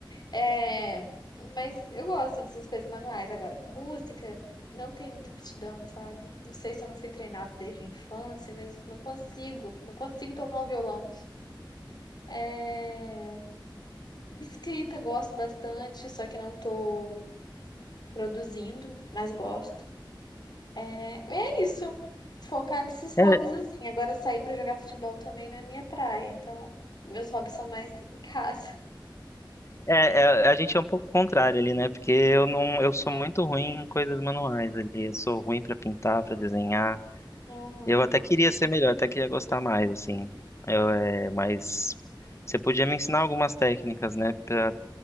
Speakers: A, on the left (about 55°); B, on the left (about 35°).
A: É, mas eu gosto dessas coisas manuais. Agora, música, não tenho muita aptidão, sabe? Não sei se eu não fui treinada desde a infância, mas não consigo, não consigo tocar um violão. É, escrita, gosto bastante, só que não tô produzindo, mas gosto. É, é isso. Focar nesses hobbies
B: É,
A: Tá? assim. Agora sair pra jogar futebol também não é minha praia. Então, meus hobbies são mais em casa.
B: é, é- a gente é um pouco contrário ali, né? Porque eu não, eu sou muito ruim em coisas manuais ali. Eu sou ruim pra pintar, pra desenhar.
A: Uhum.
B: Eu até queria ser melhor, até queria gostar mais, assim. Eu, é, mas você podia me ensinar algumas técnicas, né? Pra,